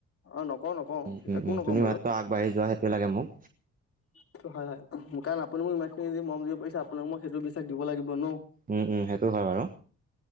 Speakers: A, on the left (about 50°); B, on the right (about 25°).
A: অ নকওঁ নকওঁ
B: উ উম
A: কাকো
B: উম
A: নক'ম
B: তুমি মাত্ৰ আগবাঢ়ি যোৱা সেইটোৱে লাগে মোক।
A: এইটো হয় হয়, উমহু কাৰণ আপুনি মোক ইমান খিনি যদি মৰম দিব পাৰিছে আপোনাক মই সেইটো বিশ্বাস দিব লাগিব ন।
B: উম উম সেইটো হয় বাৰু।